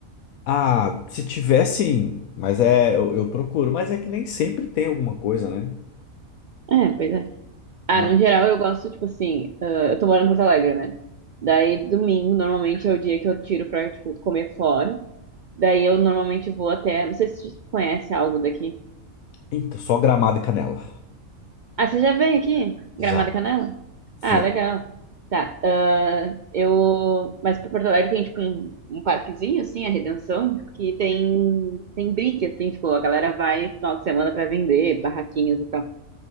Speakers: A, on the left; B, on the right.
A: Ah, se tiver sim, mas é, eu, eu procuro. Mas é que nem sempre tem alguma coisa, né?
B: É, pois é. Ah,
A: Mas,
B: no geral eu gosto, tipo assim, ah, eu tô morando em Porto Alegre, né? Daí domingo normalmente é o dia que eu tiro pra, tipo, comer fora. Daí eu normalmente vou até, não sei se tu conhece algo daqui.
A: então, só gramado e canela.
B: Ah, você já veio aqui? Gramado
A: Já,
B: e Canela?
A: sim.
B: Ah, legal. Tá. ah, eu. Mas pra Porto Alegre tem, tipo, um, um parquezinho, assim, a Redenção, que tem, tem brick, assim, tipo, a galera vai final de semana pra vender, barraquinhas e tal.